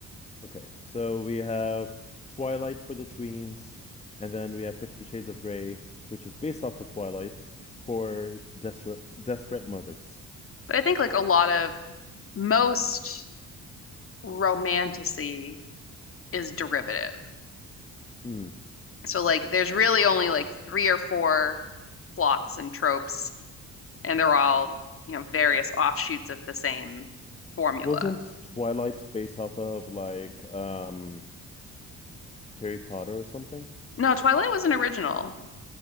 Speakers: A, on the left; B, on the left.
A: okay. So we have Twilight for the tweens, and then we have Fifty Shades of Grey, which is based off of Twilight for desperate desperate mothers.
B: But I think like a lot of most romanticy is derivative.
A: Mm.
B: So like there's really only like three or four plots and tropes, and they're all, you know, various offshoots of the same formula.
A: Wasn't Twilight based off of like um Harry Potter or something?
B: No, Twilight was an original.